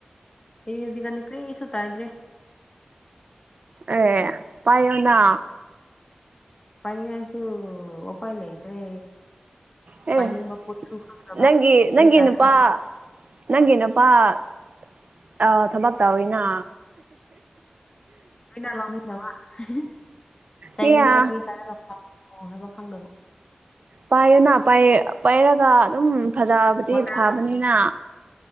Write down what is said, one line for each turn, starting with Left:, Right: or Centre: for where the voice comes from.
Left: ꯏꯗꯤ ꯍꯧꯖꯤꯛꯀꯅꯤ ꯀꯔꯤꯁꯨ ꯇꯥꯏꯗ꯭ꯔꯦ
Right: ꯑꯦ ꯄꯥꯏꯌꯣꯅꯥ
Left: ꯄꯥꯏꯅꯤꯡꯉꯥꯏꯁꯨ ꯎꯄꯥꯏ ꯂꯩꯈ꯭ꯔꯦ
Right: ꯑꯦ
Left: ꯄꯥꯏꯅꯤꯡꯕ ꯄꯣꯠꯁꯨ ꯈꯪꯗꯕ
Right: ꯅꯪꯒꯤ ꯅꯪꯒꯤ
Left: ꯇꯥꯏꯔꯒ
Right: ꯅꯨꯄꯥ ꯅꯪꯒꯤ ꯅꯨꯄꯥ ꯑ ꯊꯕꯛ ꯇꯧꯋꯤꯅ
Left: <unintelligible>
Right: ꯍ ꯄꯥꯏꯌꯨꯅ ꯄꯥꯏꯔꯒ ꯑꯗꯨꯝ ꯐꯖꯕꯗꯤ
Left: ꯋꯥꯇꯔ
Right: ꯐꯕꯅꯤꯅ